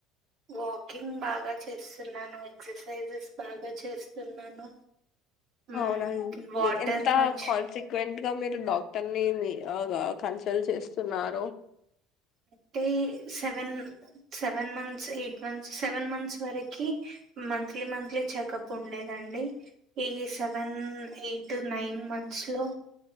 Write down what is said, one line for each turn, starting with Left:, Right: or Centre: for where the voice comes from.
Right: వాకింగ్ బాగా చేస్తున్నాను ఎక్సర్సైజెస్ బాగా చేస్తున్నాను మ్మ్
Left: అవునండి
Right: వాటర్
Left: ఎంత
Right: మంచి
Left: కాల్సక్వెంట్ ఇంకా మీరు డాక్టర్ ని మీ కన్సల్ట్ చేస్తున్నారు
Right: అంటే seven seven months eight months seven months వరకి మంత్లీ మంత్లీ చెకప్ ఉండేదండి ఈ సెవెన్ ఎయిట్ నైన్ మంత లో